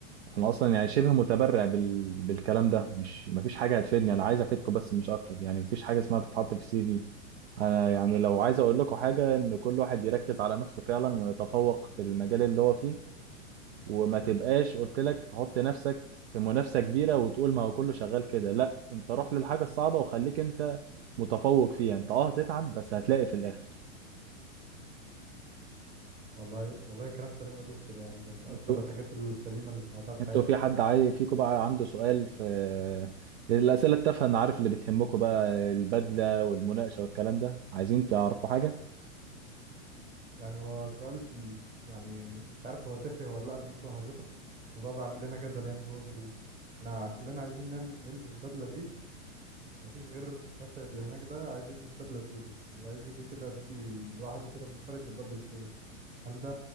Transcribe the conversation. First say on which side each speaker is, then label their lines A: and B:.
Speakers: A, on the right; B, on the right.
A: انا اصلا يعني شبه متبرع بال... بالكلام ده مش مفيش حاجة هتفيدني انا عايز افيدكم بس مش اكتر يعني مفيش حاجة اسمها تتحط في السي في انا يعني لو عايز اقول لكم حاجة ان كل واحد يركز على نفسه فعلا ويتفوق في المجال اللي هو فيه وما تبقاش قلت لك تحط نفسك في منافسة كبيرة وتقول ما هو كله شغال كده لا انت روح للحاجة الصعبة وخليك انت متفوق فيها انت اه هتتعب بس هتلاقي في الاخر
B: والله والله كلام سليم يا دكتور يعني ده من أكتر
A: انتوا
B: الحاجات السليمة اللي سمعتها في
A: انتوا
B: حياتي
A: في
B: ده
A: حد عايز فيكم بقى عنده سؤال في الأسئلة التافهة انا عارف اللي بتهمكم بقى البدلة والمناقشة والكلام ده عايزين تعرفوا حاجة
B: يعني هو سؤال ال- يعني مش عارف هو تافه ولا لأ بالنسبة لحضرتك بس الموضوع ده عامل لنا جدل يعني جوه الجروب احنا كلنا عايزين نعمل نلبس بدلة بيج مفيش غير شافعي اللي هناك ده عايز يلبس بدلة سوداء وعايز يجي كده بيجي لوحده كده منفرد بالبدلة السوداء هل ده